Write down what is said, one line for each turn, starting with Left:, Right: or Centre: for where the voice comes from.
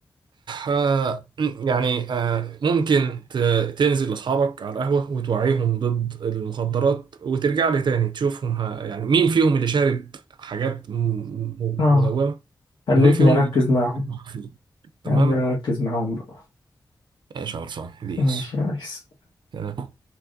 Right: آه، يعني آه، ممكن ت- تنزل لأصحابك على القهوة وتوعيهم ضد المخدرات وترجع لي تاني تشوفهم ه- يعني مين فيهم اللي شارب حاجات م- م-
Left: اه
Right: منومة
Left: خلتني
Right: ومين فيهم
Left: اركز
Right: اللي شارب
Left: معاهم
Right: حاجات مخفية. تمام
Left: انا اركز معاهم بقى
Right: ايش خلصان بيس
Left: ماشي يا ريس
Right: سلام